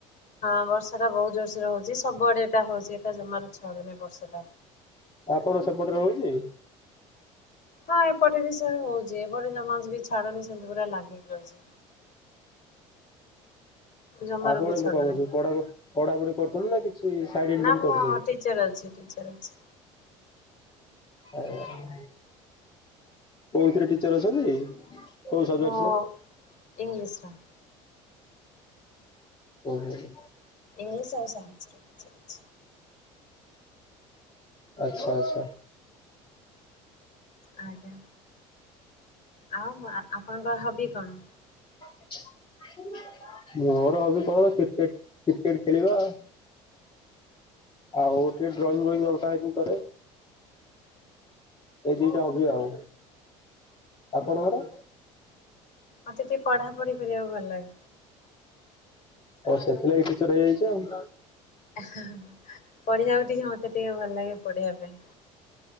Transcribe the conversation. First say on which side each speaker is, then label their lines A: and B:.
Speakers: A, on the left (about 55°); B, on the left (about 35°).
A: ହଁ ବର୍ଷା ଟା ବହୁତ ଜୋରସୋରେ ହଉଛି ସବୁଆଡେଇଟା ହଉଛି ଏଇଟା ଜମାରୁ ଛାଡୁନି ବର୍ଷା ଟା।
B: ଆଉ କଣ ସେପଟରେ ହଉଛି?
A: ହଁ ଏପଟେ ବି ସେ ହଉଛି ଏପଟେ ଜମା ବି ଛାଡନି ସେମିତି ପୁରା ଲାଗିକି ରହିଛି। ଜମାରୁ
B: ଆପଣ
A: ବି
B: ଏବେ
A: ଛାଡୁନି
B: କଣ କରୁଛନ୍ତି ପଢା ପଢି କରୁଛନ୍ତି ନା କିଛି ସାଇଡ ଇନକମ
A: ନା ମୁଁ
B: କରୁଛନ୍ତି?
A: ଟିଚର ଅଛି ଟିଚର୍ ଅଛି।
B: ଆଜ୍ଞା, କଉଥିରେ ଟିଚର ଅଛନ୍ତି? କୋଉ ସବଜେକ୍ଟରେ?
A: ମୁଁ ଇଂଲିସର।
B: ଓ। <unintelligible>
A: ଇଂଲିଶ ଆଉ ସାଇନ୍ସ ର ଟିଚର। ଅଛି।
B: ଆଚ୍ଛା ଆଚ୍ଛା।
A: ଆଜ୍ଞା, ଆଉ ଆପଣଙ୍କ ହବି କଣ?
B: <unintelligible> ମୋର ହବି କଣ କ୍ରିକେଟ କ୍ରିକେଟ ଖେଳିବା ଆଉ। ଆଉ ଟିକେ ଡ୍ରଇଂ ମଇଂ ଅଙ୍କା ଅଙ୍କି କରେ। ଏଇ ଦିଟା ହବି ଆଉ, ଆପଣଙ୍କର?
A: ମତେ ଟିକେ ପଢ଼ା ପଢି କରିବାକୁ ଭଲ ଲାଗେ।
B: ଆଉ ସେଥିଲାଗି ଟିଚର ହେଇଯାଇଛି ଆଉ।
A: ପଢିବାକୁ ଟିକେ ମତେ ଟିକେ ଭଲ ଲାଗେ ପଢିବା ପାଇଁ।